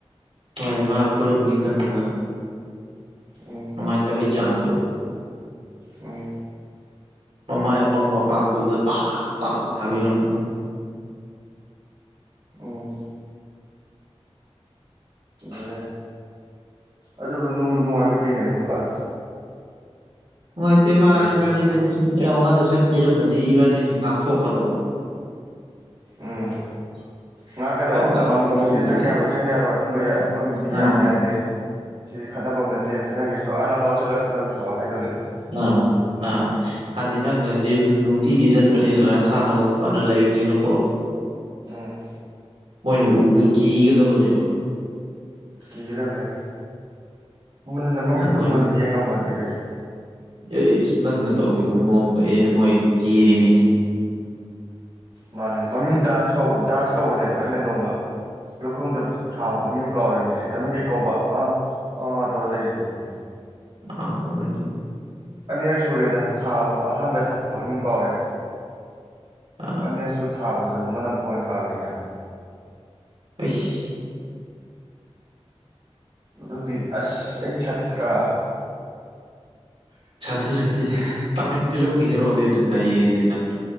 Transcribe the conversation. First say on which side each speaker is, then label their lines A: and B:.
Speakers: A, on the right; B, on the right.
A: ꯍꯣꯏ ꯃꯥ ꯐꯨꯔꯝꯃꯅꯤ ꯈꯥꯟꯕꯗ
B: ꯑꯣ
A: ꯅꯨꯡꯉꯥꯏꯇꯕꯩ ꯆꯥꯡꯗꯣ
B: ꯑꯣ
A: ꯃꯃꯥꯏ ꯑꯄꯪꯕ ꯃꯄꯥꯛꯄꯨꯗꯨꯗ ꯄꯥꯛ ꯄꯥꯛ ꯐꯥꯕꯤꯔꯝꯃꯅꯤ
B: ꯑꯣ ꯑꯗꯨꯅꯦ ꯑꯗꯨꯕꯨ ꯅꯨꯡꯕꯨ ꯅꯨꯡꯉꯥꯏꯕꯗꯤꯅꯦ ꯅꯨꯄꯥꯗ‌ꫭ
A: ꯅꯨꯡꯉꯥꯏꯇꯦ ꯃꯥ ꯏꯕꯥꯅꯤꯗ
B: ꯍꯦꯛꯇ
A: ꯂꯤꯁꯤꯡ ꯇꯔꯥꯃꯉꯥꯗ ꯁꯠꯄꯤꯔꯝꯃꯗꯤ ꯏꯕꯥꯅꯤꯅ ꯉꯥꯛꯊꯣꯛꯀꯗꯕ <inaudible>
B: ꯎꯝ ꯉꯥꯛꯀꯗꯕ
A: ꯁꯠ ꯂꯥꯎꯅ
B: ꯄꯥꯝꯕꯣꯝꯁꯤꯅ
A: ꯄꯤꯔꯝꯃꯒꯗꯤ
B: ꯆꯪ ꯌꯥꯔꯣꯏ ꯆꯪ ꯌꯥꯔꯣꯏ ꯑꯗꯨꯝꯕ ꯑꯗꯨꯝꯕ
A: ꯑ
B: ꯃꯤꯗꯤ
A: ꯑꯥ
B: ꯌꯥꯏ ꯌꯥꯗꯦ ꯁꯤꯗꯤ ꯈꯠꯐꯝ ꯑꯃ ꯅꯠꯇꯦ ꯈꯠꯅꯒꯦꯁꯨ ꯑꯥ ꯂꯝꯄꯥꯛ ꯆꯠꯂꯒ ꯈꯠꯅꯕꯁꯨ ꯍꯥꯏꯗꯣꯏꯅꯦꯕ
A: ꯎꯝ ꯎꯝ ꯍꯥꯏꯗꯤ ꯅꯪꯅ ꯖꯤꯝ ꯅꯨꯡꯇꯤꯒꯤ ꯆꯠꯄꯅꯤꯅꯅꯁꯥꯟꯅ ꯐꯅ ꯂꯩꯕꯅꯤꯅꯀꯣ ꯎꯝ
B: ꯎꯝ
A: ꯃꯣꯏꯅ ꯎꯕꯗ ꯀꯤꯒꯗꯕꯅꯦꯕ
B: ꯀꯤꯒꯗꯕꯅꯦ ꯃꯨꯟꯅ ꯃꯃꯤꯠꯠꯇꯨ
A: ꯑꯗꯨ
B: ꯃꯨꯟꯅ ꯌꯦꯡꯉꯝꯃꯗꯤꯦ ꯀꯩꯅꯣ
A: ꯑꯦ ꯏꯁ ꯅꯪꯅ ꯇꯧꯈꯤꯕ ꯃꯑꯣꯡꯗꯣ ꯑꯦ ꯃꯣꯏ ꯀꯤꯔꯤꯃꯤꯅꯦ
B: ꯃꯥꯅꯦ ꯃꯃꯤꯡ ꯗꯥꯟꯁ ꯀꯧꯕ ꯗꯥꯟꯁ ꯀꯧꯕꯅꯦꯕ ꯑꯩꯅ ꯅꯣꯡꯃ ꯂꯧꯨꯈꯣꯝꯗ ꯊꯥꯕ ꯃꯃꯤꯡ ꯀꯥꯎꯔꯤꯕꯃꯤꯅꯦ ꯅꯃꯤꯡ ꯀꯩ ꯀꯧꯕ ꯑꯥ ꯑꯥ ꯑꯥ ꯇꯧꯔ ꯂꯩꯔꯤꯅꯤꯅꯦ
A: ꯑ ꯑꯗꯨꯅꯤ
B: ꯑꯅꯤꯔꯛ ꯁꯨꯔꯦꯗ ꯊꯥ ꯑꯍꯥꯟꯕ ꯊꯥ ꯃꯃꯤꯡ ꯀꯧꯔꯦ
A: ꯑꯥ
B: ꯑꯅꯦꯛꯁꯨ ꯊꯥꯕꯗꯨꯗ ꯃꯅꯝ ꯕꫭꯟ ꯀꯥꯝꯃꯤꯅꯦꯕ
A: ꯑꯁ
B: ꯑꯗꯨꯗꯤ ꯑꯁ ꯑꯩꯗꯤ ꯁꯥꯊꯤ ꯇ꯭ꯔꯥ
A: ꯁꯥꯊꯤ ꯁꯥꯊꯤ ꯇꯥꯃꯤꯜ ꯐꯤꯂꯝꯒꯤ ꯍꯦꯔꯣꯗꯩ ꯍ‌ꯦꯟꯅ ꯅꯩꯔꯦꯅꯦ ꯅꯪ